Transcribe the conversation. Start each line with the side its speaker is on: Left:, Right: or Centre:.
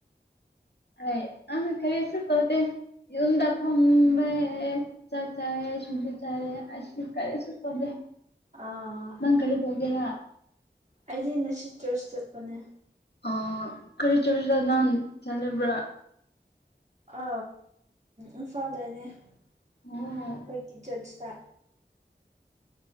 Left: ꯑꯩ ꯑ ꯀꯔꯤꯁꯨ ꯀꯧꯗꯤꯦ ꯌꯟꯗ ꯐꯝꯕꯃꯦ ꯆꯥꯛ ꯆꯥꯔꯦ ꯁꯨꯖ ꯆꯥꯔꯦ ꯑꯁꯀꯔꯤꯁ ꯇꯗ
Right: ꯑꯥ
Left: ꯅꯪ ꯀꯔꯤ ꯄꯒꯦꯔꯥ
Right: ꯑꯩꯗꯤ ꯉꯁꯤ ꯆꯔꯆ ꯆꯠꯄꯅꯦ
Left: ꯑ ꯀꯔꯤ ꯆꯨꯔꯗ ꯅꯥꯟ ꯆꯂꯕ꯭ꯔꯥ
Right: ꯑ ꯏꯝꯐꯥꯜꯗꯅꯦ ꯑꯩꯈꯣꯏꯒꯤ
Left: ꯑꯣ
Right: ꯆꯔꯆꯇ